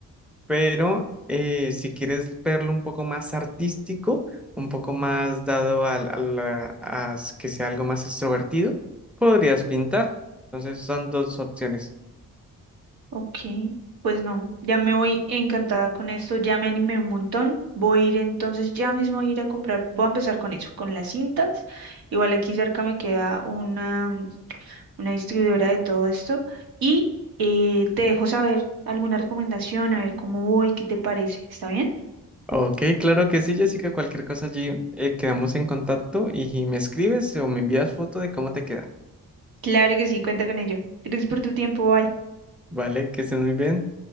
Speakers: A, in the centre; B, on the right (about 80°).
A: pero eh, si quieres verlo un poco más artístico, un poco más dado al- a, la- a s- que sea algo más extrovertido, podrías pintar. Entonces son dos opciones.
B: Ok, pues no, ya me voy encantada con esto, ya me animé un montón. Voy a ir entonces, ya mismo a ir a comprar, voy a empezar con eso, con las cintas. Igual aquí cerca me queda una, mm, una distribuidora de todo esto y eh, te dejo saber alguna recomendación, a ver cómo voy, qué te parece, ¿está bien?
A: Ok, claro que sí, Jessica, cualquier cosa allí eh, quedamos en contacto y me escribes o me envías foto de cómo te queda.
B: Claro que sí, cuenta con ello. Gracias por tu tiempo, bye.
A: Vale, que estés muy bien.